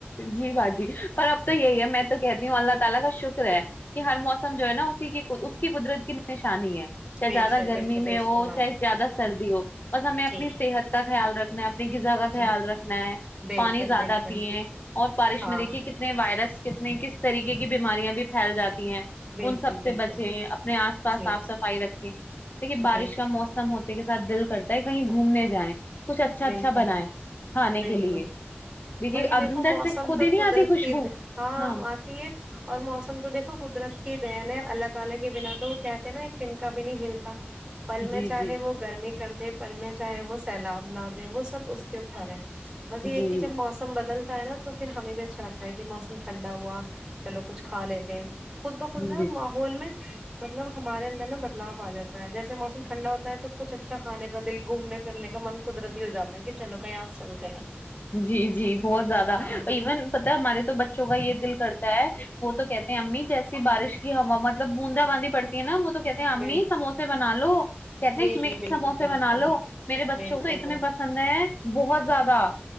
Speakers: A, on the left (about 50°); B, on the right (about 20°).
A: جی باجی پر اب تو یہی ہے میں تو کہتی ہوں اللہ تعالی کا شکر ہے کہ ہر موسم جو ہے نا اسی کی اس کی قدرت کی نشانی ہے چاہے
B: بے
A: زیادہ
B: شک
A: گرمی
B: بالکل درست
A: میں ہو
B: فرمایا
A: چاہے زیادہ سردی ہو بس ہمیں اپنی
B: جی
A: صحت کا خیال رکھنا ہے اپنی غذا کا
B: جی
A: خیال رکھنا ہے
B: بالکل
A: پانی زیادہ
B: بالکل
A: پیے اور بارش
B: ہاں
A: میں دیکھیے کتنے وائرس کتنے کس طریقے کی بیماریاں بھی پھیل جاتی ہیں
B: بالکل
A: ان سب
B: بالکل
A: سے بچیں اپنے آس پاس
B: جی
A: صاف صفائی رکھیں دیکھیے بارش
B: جی
A: کا موسم م ہوتے کے ساتھ دل کرتا ہے کہیں گھومنے جائیں کچھ اچھا
B: بالکل
A: اچھا بنائے کھانے کے
B: بالکل
A: لیے دیکھیے
B: وہی دیکھو
A: اندر
B: موسم
A: سے خود
B: تو
A: ہی نہیں
B: قدرت
A: آتی خوشبو
B: کی د-
A: ہاں
B: <unintelligible> اور موسم تو دیکھو قدرت کی دین ہے اللہ تعالی کے بنا تو کہتے ہیں نا ایک تین کا بھی نہیں ہل تھا پل
A: جی
B: میں چاہے
A: جی
B: وہ گرمی کر دے پل میں چاہے وہ سیلاب لا دے وہ سب اس کے اوپر ہے بس یہ
A: جی
B: کہ جب موسم موسم بدلتا ہے نا تو پھر ہمیں بھی اچھا لگتا ہے کہ موسم ٹھنڈا ہوا چلو کچھ کھا لیتے ہیں خود بخود نا
A: جی
B: ماحول میں مطلب ہمارے اندر نا بدلاؤ آ جاتا ہے جیسے موسم ٹھنڈا ہوتا ہے تو کچھ اچھا کھے کا دل گھومنے پھرنے کا من قدرتی ہو جاتے ہیں کہ چلو کہیں یہ سے چلتے ہیں
A: جی جی بہت زیادہ
B: ہاں
A: ایون پت ہمارے تو بچوں کا یہ دل کرتا ہے وہ تو کہتے ہیں امی جیسی بارش کی ہوا مطلب بوندا باندی پڑتی ہے نا وہ تو کہتے ہیں امی
B: مین
A: سموسے بنا لو کہتے
B: جی
A: ہیں کہ
B: جی
A: میں
B: بالکل
A: سموسے
B: درست
A: بنا
B: فرمایا
A: لو میرے بچوں
B: بالکل
A: کو تو اتنے
B: درست
A: پسند ہیں بہت زیادہ